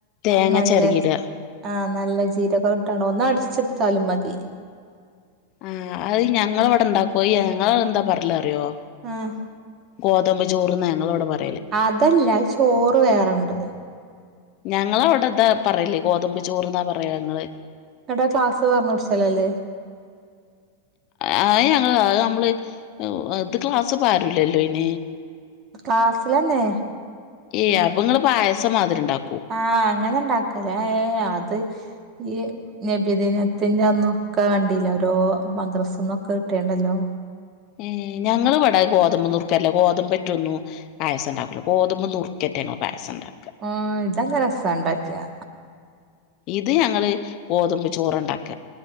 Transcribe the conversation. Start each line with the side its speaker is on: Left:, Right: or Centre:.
Left: തേങ്ങ
Right: നല്ലജ്
Left: ചെരകിയിടുക
Right: ആഹ നല്ല ജീരകംട്ടാണോ ഒന്ന് അടിച്ചെടുത്താലും മതി
Left: ആഹ് അത് ഞങ്ങള ഇവിടെ ഉണ്ടാക്കോയെ ഞങ്ങള എന്താ പറല അറിയോ
Right: ആഹ
Left: ഗോതമ്പചോറ്ന്ന് ഞങ്ങളോട് പറഞ്ഞ
Right: അതല്ല ചോറ് വേറണ്ട്
Left: ഞങ്ങവിടെന്താ പറലേ ഗോതമ്പ് ചൂർന്നാ പറയ ഞങ്ങള്
Right: എടാ ക്ലാസ് പറഞ്ഞ വിടിച്ചലല്ലേ
Left: അ ഞങ്ങ നമ്മള് ഇത് ക്ലാസ് പാരില്ലല്ലോ ഇന
Right: ക്ലാസ്സിലല്ലേ
Left: യ്യ അപ്പൊ നിങ്ങള്പായസം മാതിരി ഉണ്ടാവും
Right: ആഹ അങ്ങനെ ഇണ്ടാക്കലേ ഏ അത് ഈ നബിദിനത്തിന്റെ അന്നും ഒക്കെ വണ്ടില്ല ഓരോ മദ്രസന്നൊക്കെ കിട്ടണ്ടല്ലോ
Left: ഏഹ് ഞങ്ങള് ഇവിടെ ഗോതമ്പ്നൂർക്കല്ലേ ഗോതമ്പറ്റൊന്നു പായസംണ്ടവില്ലഗോതമ്പ്നുറുക്കന്റെ ഞങ്ങള് പായസ ഉണ്ടാക്ക
Right: ആ ഇതാല്ല രസ ഉണ്ടാക്കിയാ
Left: ഇത് ഞങ്ങള് ഗോതമ്പ് ചോറ്ണ്ടാക